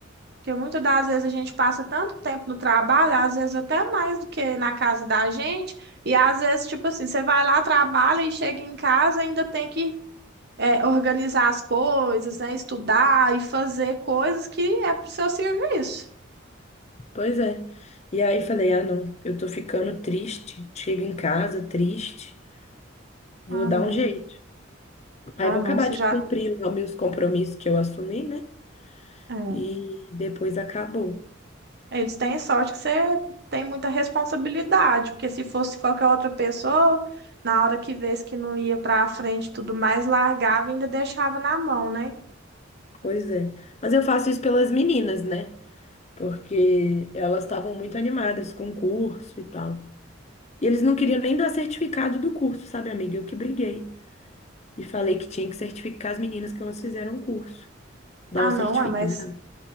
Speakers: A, on the right (about 55°); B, on the left (about 35°).
A: Porque muitas das vezes a gente passa tanto tempo no trabalho, às vezes até mais do que na casa da gente, e às vezes, tipo assim, você vai lá, trabalha e chega em casa, ainda tem que é, organizar as coisas, né? Estudar e fazer coisas que é pro seu serviço.
B: pois é. E aí falei, ah, não, eu tô ficando triste. Chego em casa triste, vou
A: Ah,
B: dar
A: não.
B: um jeito. Aí
A: Ah,
B: vou
A: não,
B: acabar
A: você
B: de
A: já.
B: cumprir lá meus compromissos que eu assumi, né?
A: é.
B: E depois acabou.
A: Eles têm sorte que você tem muita responsabilidade, porque se fosse qualquer outra pessoa, na hora que vês que não ia pra frente e tudo mais, largava e ainda deixava na mão, né?
B: Pois é. Mas eu faço isso pelas meninas, né? porque elas estavam muito animadas com o curso e tal. E eles não queriam nem dar certificado do curso, sabe, amiga? Eu que briguei e falei que tinha que certificar as meninas que elas fizeram o curso, dar
A: Ah,
B: o certificado
A: não, é, mas.